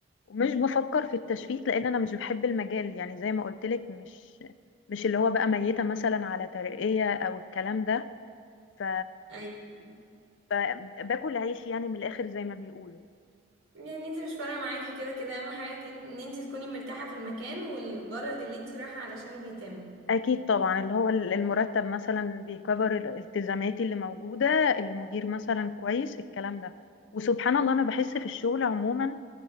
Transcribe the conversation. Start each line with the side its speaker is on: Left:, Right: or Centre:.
Left: ومش بفكر في التشفيت
Right: مم.
Left: لان انا مش بحب المجال يعني زي ما قلت لك مش مش اللي هو بقى ميتة مثلا على ترقية او الكلام ده ف...
Right: ايوه
Left: ف- باكل عيش يعني من الاخر زي ما بيقولوا
Right: يعني انت مش فارقة معاكي كده كده اهم حاجة كن- ان انت تكوني مرتاحة في المكان والغرض اللي انت رايحة علشانه بيتم
Left: أكيد طبعا اللي هو ال- المرتب مثلا بيكفر الالتزاماتي اللي موجودة المدير مثلا كويس الكلام ده وسبحان الله أنا بحس في الشغل عموما